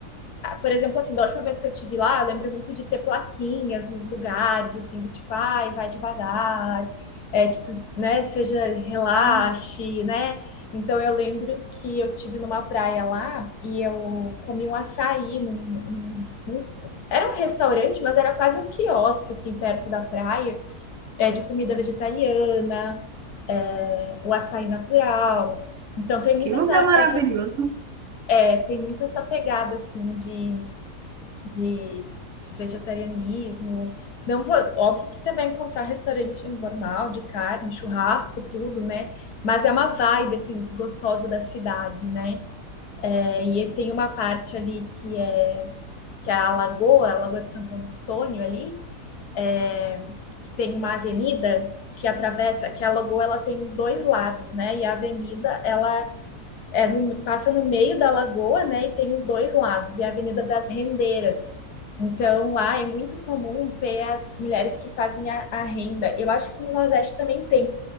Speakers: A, on the left (about 70°); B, on the right (about 65°).
A: Por exemplo, assim, da última vez que eu tive lá, eu lembro muito de ter plaquinhas nos lugares, assim, do tipo, ai, vai devagar, é, tipo, né, seja, relaxe,
B: Ah,
A: né? Então, eu lembro que eu tive numa praia lá e eu comi um açaí num, num- num- era um restaurante, mas era quase um quiosque, assim, perto da praia, é, de comida vegetariana, é, o açaí natural. Então, tem muito
B: que lugar
A: essa,
B: maravilhoso.
A: essa, é, tem muito essa pegada, assim, de de, de vegetarianismo. Não vou, óbvio que você vai encontrar restaurante normal, de carne, churrasco, tudo, né? Mas é uma vibe, assim, gostosa da cidade, né? É, e tem uma parte ali que é, que é a Lagoa, a Lagoa de Santo Antônio ali, é, que tem uma avenida que atravessa, que a Lagoa, ela tem dois lados, né? E a avenida, ela é no- passa no meio da lagoa, né? E tem os dois lados, e a Avenida das Rendeiras. Então, lá é muito comum ter as mulheres que fazem a, a renda. Eu acho que no Nordeste também tem.